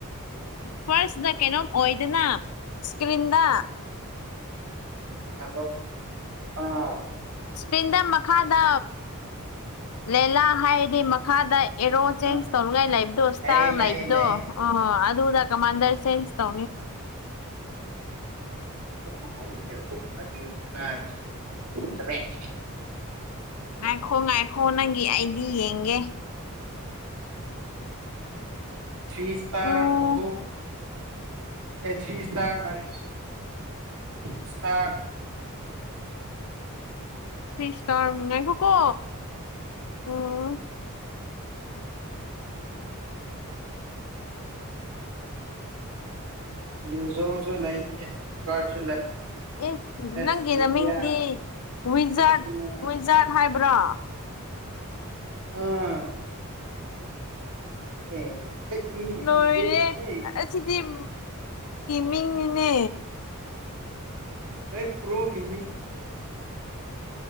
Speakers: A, on the left; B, on the right.
A: ꯐꯥꯔꯁꯇ ꯀꯩꯅꯣꯝ ꯑꯣꯏꯗꯅ ꯏꯁꯀ꯭ꯔꯤꯟꯗ
B: ꯣ ꯑꯥ
A: ꯏꯁꯄꯤꯟꯗ ꯃꯈꯥꯗ ꯂꯦꯂꯥ ꯍꯥꯏꯗꯤ ꯃꯈꯥꯗ ꯑꯦꯔꯣ ꯆꯦꯟꯖ
B: ꯑꯥ
A: ꯇꯧꯅꯤꯡꯉꯥꯏ ꯂꯩꯕꯗꯣ ꯏꯁꯇꯥꯔ
B: ꯂꯩꯌꯦ ꯂꯩꯌꯦ
A: ꯂꯩꯕꯗꯣ
B: ꯂꯩꯌꯦ
A: ꯑ ꯗ ꯀ ꯃꯥꯁꯦꯟꯁꯇ
B: ꯑ ꯃꯉꯃꯦ
A: ꯉꯥꯏꯈꯣ ꯉꯥꯏꯈꯣ ꯅꯪꯒꯤ ꯑꯩꯗꯤ ꯌꯦꯡꯒꯦ
B: ꯊ꯭ꯔꯤ ꯏꯁꯇꯔ
A: ꯎꯝ
B: ꯍꯣ ꯄꯦꯊ꯭ꯔꯤ ꯏꯁꯇꯥꯔ ꯃꯔꯤ ꯇꯨ ꯏꯁꯇꯥꯔ
A: ꯁꯁꯇꯔꯈꯣ ꯀꯣ ꯎꯝ
B: ꯌꯖꯣꯁꯨ ꯂꯩꯥꯏꯌꯦ ꯀꯥꯁꯨ ꯂꯩ
A: ꯑꯦ
B: ꯑꯁ
A: ꯅꯪꯒꯤ
B: ꯏꯟꯗꯤꯌꯥ
A: ꯃꯃꯤꯡꯗꯤ ꯤꯖꯥꯠ
B: ꯄꯤꯛꯁꯤꯅꯦ
A: ꯋꯤꯖꯥꯠ ꯍꯥꯏꯕ꯭ꯔꯣ
B: ꯑꯥ ꯑꯦ ꯍꯦꯛ ꯃꯤꯗꯤ
A: ꯅꯣꯏꯣꯏꯅꯦ
B: ꯂꯤꯖꯦꯟꯅꯤꯍꯦ
A: ꯑꯁꯤꯁꯤꯗꯤꯣ ꯃꯤꯡꯅꯦ
B: ꯑꯩ ꯄ꯭ꯔꯣꯒꯦꯕ